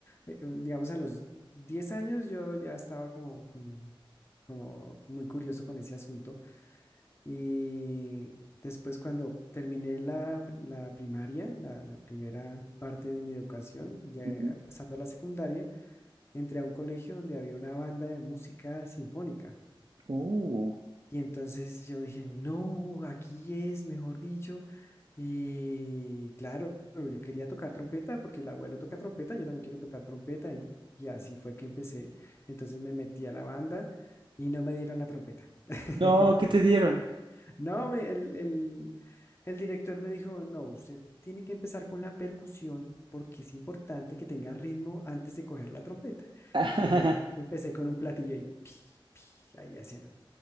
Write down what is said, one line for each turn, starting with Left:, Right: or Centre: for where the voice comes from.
Left: eh, eh, digamos, a los 10 años, yo ya estaba como, como, como muy curioso con ese asunto. Y después cuando terminé la, pri- la primaria, la, la primera parte de mi educación, ya
Right: ujú.
Left: pasando a la secundaria, entré a un colegio donde había una banda de música sinfónica.
Right: Oh.
Left: Y entonces yo dije, no, aquí es, mejor dicho. Y claro, yo quería tocar trompeta porque el abuelo toca trompeta, yo también quiero tocar trompeta y, y así fue que empecé. Entonces me metí a la banda y no me dieron la trompeta. <laughs>
Right: No, ¿qué te dieron?
Left: No, me- el, el- el director me dijo, no, usted tiene que empezar con la percusión porque es importante que tenga ritmo antes de coger la trompeta.
Right: <laughs>
Left: Y yo empecé con un platillo y pi, pi, ahí haciéndole.